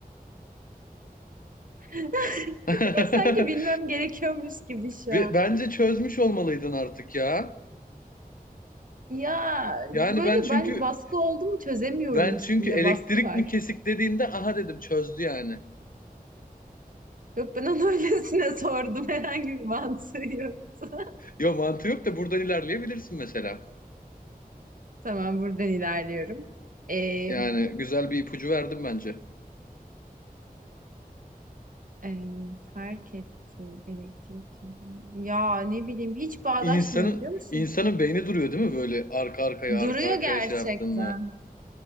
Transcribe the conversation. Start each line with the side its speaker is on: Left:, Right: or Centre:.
Right: <laughs>
Left: <laughs>
Right: Sanki bilmem gerekiyormuş gibi şu
Left: Ve
Right: an.
Left: bence çözmüş olmalıydın artık ya.
Right: Ya
Left: Yani
Right: böyle
Left: ben çünkü
Right: ben baskı oldu mu çözemiyorum
Left: ben
Right: üstümde
Left: çünkü elektrik
Right: baskı var.
Left: mi kesik dediğinde aha dedim çözdü yani.
Right: Yok ben onu öylesine <laughs> sordum herhangi bir mantığı yoktu. <laughs>
Left: Yo mantığı yok da buradan ilerleyebilirsin mesela.
Right: Tamam buradan ilerliyorum. Ee,
Left: Yani güzel bir ipucu verdim bence.
Right: e, fark etti elektrik. Ya ne bileyim hiç bağdaşmıyor
Left: İnsanın
Right: biliyor musun?
Left: insanın beyni duruyor değil mi böyle arka arkaya
Right: Duruyor
Left: arka arkaya
Right: gerçekten.
Left: şey yaptığında.